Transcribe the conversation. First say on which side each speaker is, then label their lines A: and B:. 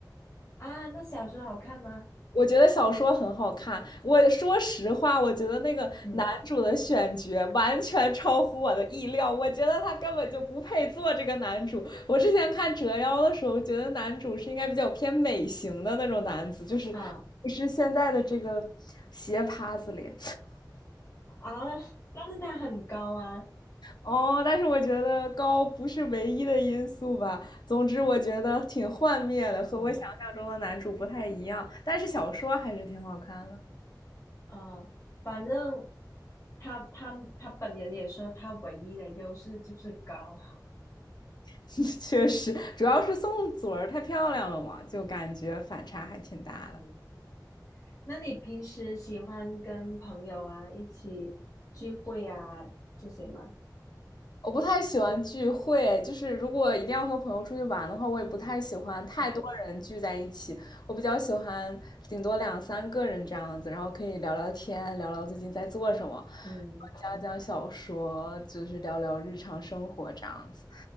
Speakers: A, on the left; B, on the left.
A: 啊，那小说好看吗？
B: 我觉得小说很好看。我说实话，我觉得那个男主的选角完全超乎我的意料。
A: 嗯
B: 我觉得他根本就不配做这个男主。我之前看《折腰》的时候，觉得男主是应该比较偏美型的那种男子，就是不是现在的这个斜趴子脸
A: 啊啊，但是他很高啊，
B: 哦。但是我觉得高不是唯一的因素吧。总之，我觉得挺幻灭的，和我想象中的男主不太一样。
A: 嗯
B: 但是小说还是挺好看的。
A: 啊，反正他他他本人也说他唯一的优势就是高，<laughs>
B: <laughs> 确实，主要是宋祖儿太漂亮了嘛，就感觉反差还挺大的。
A: 嗯。那你平时喜欢跟朋友啊一起聚会啊这些吗？
B: 我不太喜欢聚会，就是如果一定要和朋友出去玩的话，我也不太喜欢太多人聚在一起。
A: 嗯，
B: 我比较喜欢顶多两三个人这样子，然后可以聊聊天，聊聊最近在做什么，
A: 嗯，
B: 讲讲小说，就是聊聊日常生活这样子。